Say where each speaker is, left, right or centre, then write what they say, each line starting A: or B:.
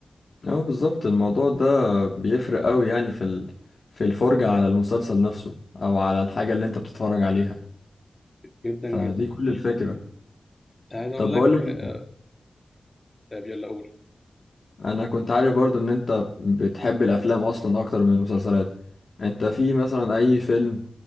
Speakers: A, on the left; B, on the left.
A: اه بالظبط الموضوع ده بيفرق قوي يعني في ال... في الفرجة على المسلسل نفسه او على الحاجة اللي انت بتتفرج عليها
B: جدا
A: فدي
B: جدا
A: كل الفكرة
B: عايز أقول
A: طب
B: لك
A: بقول لك
B: آه،
A: إيه،
B: طيب يلا قول
A: انا كنت عارف برضو ان انت بتحب الافلام اصلا اكتر من المسلسلات انت في مثلا اي فيلم